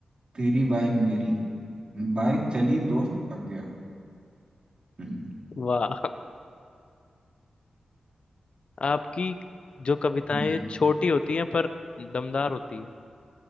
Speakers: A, on the right; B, on the left.
A: तेरी बाइक मेरी बाइक चली दोस्त पक गया हम्म,
B: वाह आपकी जो कविताएं
A: हम्म,
B: छोटी होती हैं पर दमदार होती है